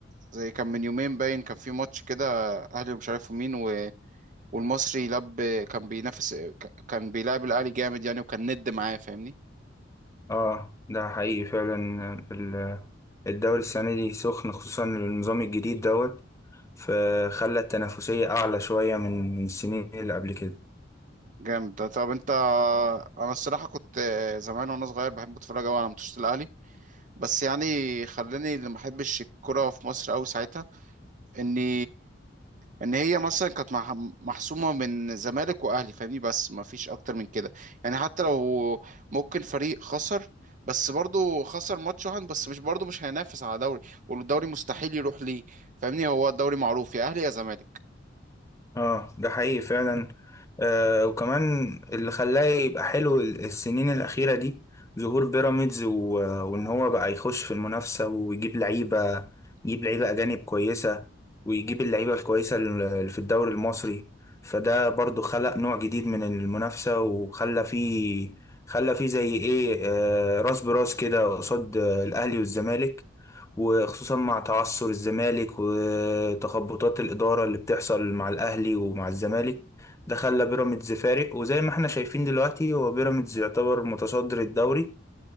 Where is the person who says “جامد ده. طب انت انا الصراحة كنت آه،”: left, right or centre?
Right